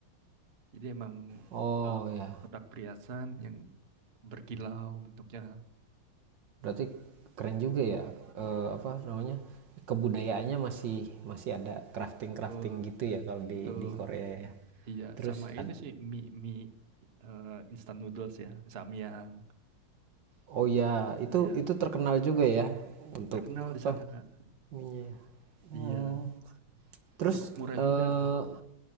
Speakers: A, on the right; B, on the right.
A: Jadi emang
B: Oh
A: eh,
B: ya,
A: kotak perhiasan yang berkilau bentuknya.
B: Berarti keren juga ya eh, apa namanya? kebudayaannya masih masih ada crafting-crafting
A: Betul,
B: gitu ya kalau di
A: betul.
B: di Korea ya.
A: Iya,
B: Terus
A: sama ini
B: ad-
A: sih mie mie eh, instant noodles ya, Samyang.
B: oh ya, itu
A: Ya,
B: itu terkenal juga ya untuk
A: terkenal
B: apa?
A: di sana, Kak.
B: Ininya. Hmm,
A: Iya,
B: Terus
A: cukup murah
B: eh,
A: juga.